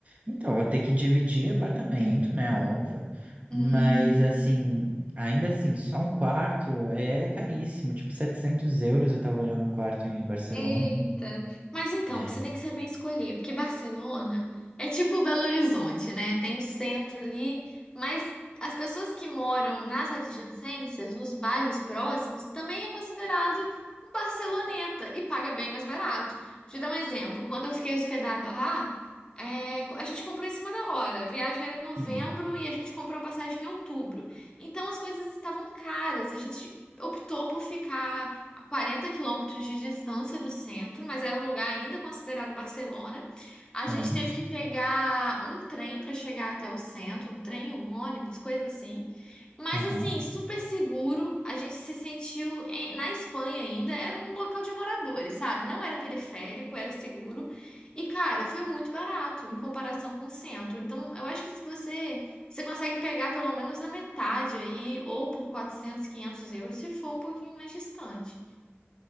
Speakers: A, on the right; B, on the left.
A: Então, vou ter que dividir apartamento, né? Óbvio. Mas,
B: Hum,
A: assim, ainda assim, só um quarto é caríssimo. Tipo, 700 euros eu tava olhando um quarto em Barcelona.
B: Eita! Mas então,
A: É.
B: você tem que saber escolher, porque Barcelona é tipo Belo Horizonte, né? Tem o centro ali, mas as pessoas que moram nas adjacências, nos bairros próximos, também é considerado um barceloneta e paga bem mais barato. Deixa eu dar um exemplo. Quando eu fiquei hospedada lá, é, a gente comprou em cima da hora. A viagem era em novembro
A: Hum,
B: e a gente comprou a passagem em outubro. Então as coisas estavam caras. A gente optou por ficar a 40 quilômetros de distância do centro, mas era um lugar ainda considerado Barcelona. A
A: hum,
B: gente teve que pegar um trem para chegar até o centro, um trem, um ônibus, coisa assim. Mas
A: aham.
B: assim, super seguro. A gente se sentiu em- na Espanha ainda, era um local de moradores, sabe? Não era periférico, era seguro. E cara, foi muito barato em comparação com o centro. Então, eu acho que se você você consegue pegar pelo menos a metade aí, ou por 400, 500 euros, se for um pouquinho mais distante.